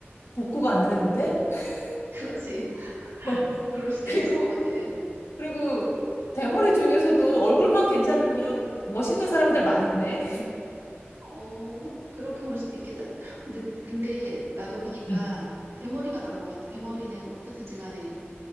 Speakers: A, on the left; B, on the right.
A: 복구가 안 되는데? <laughs>
B: 그렇지. <laughs>
A: 어,
B: 그럴 수도
A: 그리고,
B: 있을 것 같아.
A: 그리고 대머리 중에서도 얼굴만 괜찮으면 멋있는 사람들 많은데?
B: 어, 그렇게 볼 수도 있겠다. 근데, 근데 나도 보니까
A: 음,
B: 대머리가 난 것 같아. 대머리는 어떻든지 간에